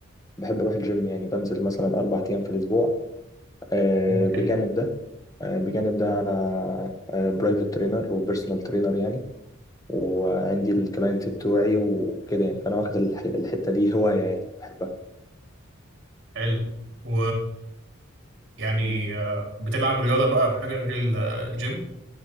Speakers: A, on the left; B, on the right.
A: بحب اروح الجيم يعني بنزل مثلا اربع ايام في الاسبوع آه،
B: مم،
A: بجانب
B: حلو
A: ده آه، بجانب ده انا برايفت ترينر وبيرسونال ترينر يعني وعندي الكلاينت بتوعي وكده يعني فانا واخد الح- الحتة دي هواية يعني بحبها
B: حلو و يعني آه، بتلعب رياضة بقى او حاجة غير ال- آه، الجيم؟